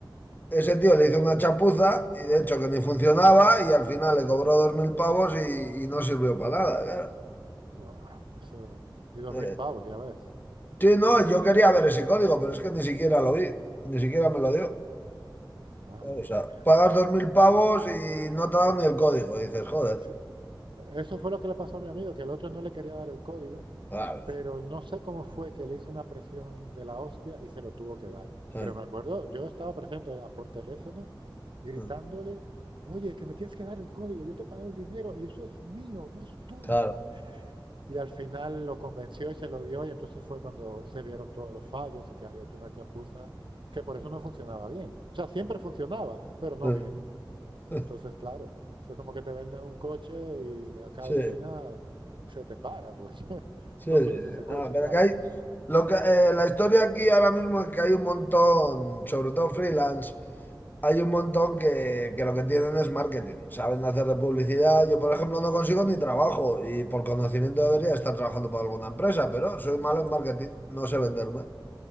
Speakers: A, on the left; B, on the right.
A: ese tío le hizo una chapuza y de hecho que ni funcionaba y al final le cobró dos mil pavos y, y no sirvió para nada,
B: Buah, eso, y dos
A: claro.
B: mil
A: Eh,
B: pavos, ya ves.
A: Sí, no,
B: Claro,
A: yo
B: es
A: quería
B: que,
A: ver ese código, pero es que ni siquiera lo vi, ni siquiera me lo dio.
B: madre
A: O sea,
B: mía.
A: pagas dos mil pavos y no te dan ni el código, dices, joder.
B: Sí, Eso fue lo que le pasó a mi amigo, que el otro no le quería dar el código
A: Claro,
B: Pero no sé cómo fue que le hizo una presión de la hostia y se lo tuvo que dar.
A: sí,
B: Pero me acuerdo, yo estaba presente a- por teléfono gritándole,
A: sí,
B: oye, que me tienes que dar el código, yo te he pagado el dinero y eso es mío, no es tuyo.
A: claro.
B: Y al final lo convenció y se lo dio y entonces fue cuando se vieron todos los fallos y que había hecho una chapuza, que por eso no funcionaba bien. O sea, siempre funcionaba, pero no
A: eh,
B: bien.
A: <laughs>
B: Entonces, claro, eso es como que te venden un coche y a cada
A: sí.
B: esquina se te para, pues <laughs>
A: Sí,
B: no
A: sí,
B: quieres
A: sí.
B: ese coche,
A: Ah, pero
B: claro.
A: que hay. Lo que, eh, la historia aquí ahora mismo es que hay un montón, sobre todo freelance, hay un montón que, que lo que tienen es marketing. Saben hacer de publicidad. Yo, por ejemplo, no consigo ni trabajo y por conocimiento debería estar trabajando para alguna empresa, pero soy malo en marketing, no sé venderme.